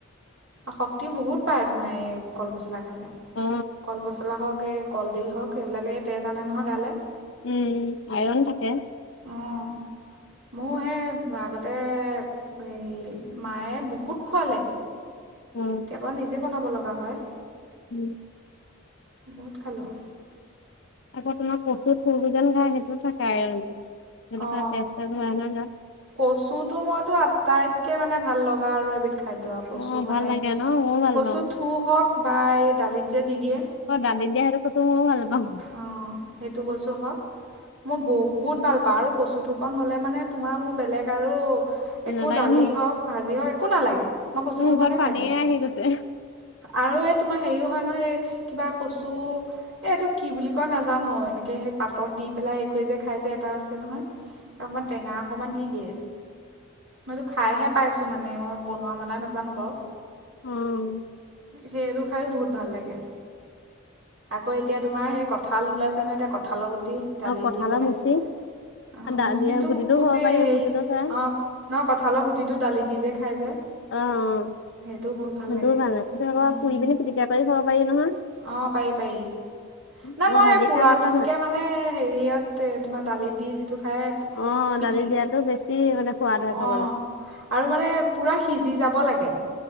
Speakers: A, on the right (about 70°); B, on the left (about 60°).
A: অ', শক্তিও বহুত পায় তোমাৰ এই কলপচলা খালে,
B: অ
A: কলপচলা হওঁক এই কলডিল হওঁক এইবিলাকেই তেজ নে নহয় গালে।
B: উম, আইৰন থাকে।
A: অ', মোৰ সেই আগতে হেৰি মায়ে বহুত খোৱালে।
B: অ
A: কেতিয়াবা নিজে বনাব লগা হয়।
B: উম।
A: বহুত খালোঁ।
B: আকৌ তোমাৰ কচু ফুল যে খায় সেইটোও থাকে আইৰন আৰু
A: অঁ
B: <unintelligible> স তেজাল
A: কচুটো মইতো আটাইতকৈ মানে ভাল লগা আৰু এবিধ খাদ্য আৰু কচু
B: অ
A: মানে
B: ভাল লাগে ন ময়ো ভাল
A: কচু
B: পাওঁ
A: থু হওঁক বা এই দালিত যে দি দিয়ে
B: অ', দালিত দিয়া সেইটো কচু ময়ো ভাল পাওঁ।
A: অঁ সেইটো কচু হওক মই বহুত ভাল পাওঁ, আৰু কচু থুৰকন হ'লে মানে তোমাৰ মোৰ বেলেগ আৰু একো
B: নালাগে
A: দালি
B: মোৰ
A: হওঁক ভাজি হওঁক একো নালাগে মই কচু
B: মোৰ
A: থুৰকণে
B: মুখত পানীয়ে
A: খাই দিম।
B: আহি গৈছে
A: আৰু এই তোমাৰ হেৰিও হয় নহয় এই কিবা কচু এই এইটো কি বুলি কয় নাজানো এনেকৈ সেই পাতত দি পেলাই হেৰি কৰি যে খাই যে এটা আছে নহয়, অকণমান টেঙা অকণমান দি দিয়ে। মইতো খাইহে পাইছোঁ মানে মই বনোৱা মেলাই নাজানো বাৰু।
B: উম।
A: সেইটো খায়ো বহুত ভাল লাগে। আকৌ এতিয়া তোমাৰ সেই কঁঠাল ওলাইছে নহয় এতিয়া কঁঠালৰ গুটি দালিত
B: অ কঁঠালৰ
A: দি পেলাই
B: মুচি দা
A: মুঁচিটো
B: গুটিটো
A: মুঁচি
B: খাব পাৰি
A: হেৰিক
B: মুচিটো খাই
A: ন কঁঠালৰ গুটিটো দালি দি যে খাই যে।
B: অ', অ',
A: সেইটোও বহুত
B: সেইটোও
A: লাগে।
B: ভাল কিন্তু আকৌ
A: উম
B: পুৰি পিনি পিটিকা কৰি খাব পাৰি নহয়।
A: অ', পাৰি পাৰি, না
B: আকৌ
A: মই
B: ভাজি
A: এই পোৰাটোতকে
B: খাই পাইছা নাই
A: মানে মানে হেৰিয়ত তোমাৰ দালিত দি যিটো খাই
B: অ',
A: পিটি
B: দালি দিয়াতো বেছি মানে সোৱাদ হয়
A: অ',
B: খাবলে
A: আৰু মানে পূৰা সিজি যাব লাগে।